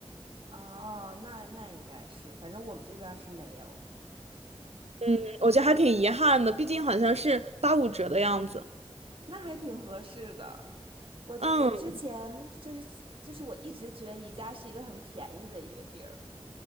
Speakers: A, on the right (about 60°); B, on the right (about 85°).
A: 哦，那那应该是，反正我们这边儿是没有，
B: 嗯，我觉得还挺遗憾的，毕竟好像是八五折的样子。
A: 那还挺合适的。我我之前就是就是我一直觉得宜家是一个很便宜的一个地儿，
B: 嗯，